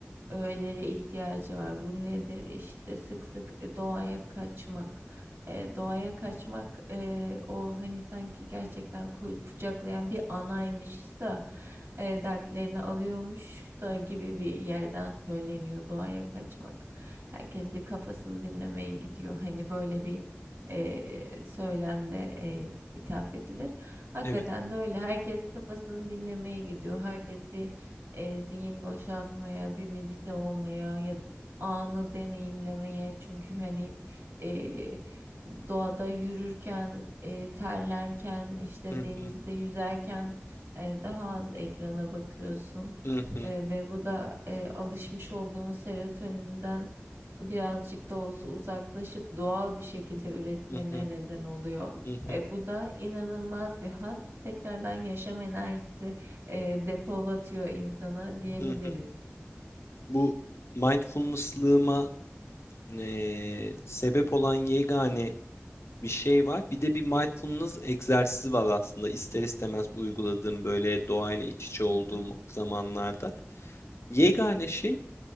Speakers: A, on the right; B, on the left.
A: öğelere ihtiyacı var. Bu nedir? İşte sık sık doğaya kaçmak. E, doğaya kaçmak e, o hani sanki gerçekten ku- kucaklayan bir anaymış da e, dertlerini alıyormuş da gibi bir yerden söyleniyor doğaya kaçmak. Herkes bir kafasını dinlemeye gidiyor. Hani böyle bir e, söylemle e, ithaf edilir. Hakikaten
B: Evet.
A: de öyle. Herkes kafasını dinlemeye gidiyor. Herkes bir e, zihin boşaltmaya, bir medite olmaya ya anı deneyimlemeye. Çünkü hani e, doğada yürürken, e, terlerken, işte
B: Hı hı
A: denizde yüzerken e, daha az ekrana bakıyorsun
B: hı hı
A: E, ve bu da e, alışmış olduğun serotoninden birazcık da olsa uzaklaşıp doğal bir şekilde üretmene
B: hı hı
A: neden oluyor.
B: hı hı
A: E, bu da inanılmaz bir haz. Tekrardan yaşam enerjisi e, depolatıyor insanı diyebiliriz.
B: hı hı. Bu mindfulness'lığıma eee, sebep olan yegane bir şey var. Bir de bir mindfulness egzersizi var aslında ister istemez uyguladığım böyle doğayla iç içe olduğum
A: Hı
B: zamanlarda. Yegane
A: hı hı.
B: şey